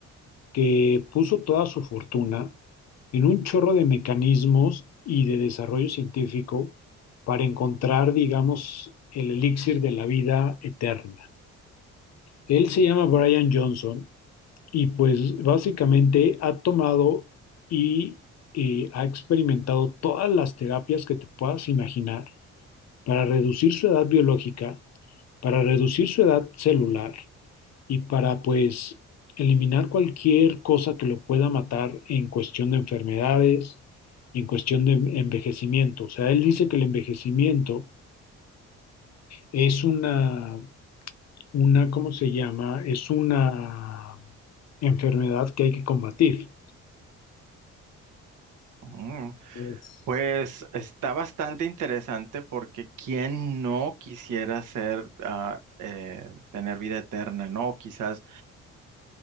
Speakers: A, on the left; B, on the right.
A: que puso toda su fortuna en un chorro de mecanismos y de desarrollo científico para encontrar, digamos, el elixir de la vida eterna. Él se llama Brian Johnson y pues básicamente ha tomado y eh, ha experimentado todas las terapias que te puedas imaginar para reducir su edad biológica, para reducir su edad celular y para pues eliminar cualquier cosa que lo pueda matar en cuestión de enfermedades y en cuestión de envejecimiento. O sea, él dice que el envejecimiento es una una, ¿cómo se llama? Es una enfermedad que hay que combatir.
B: Mm,
A: Pues,
B: Pues está bastante interesante porque quién no quisiera ser, ah, eh, tener vida eterna, ¿no? Quizás,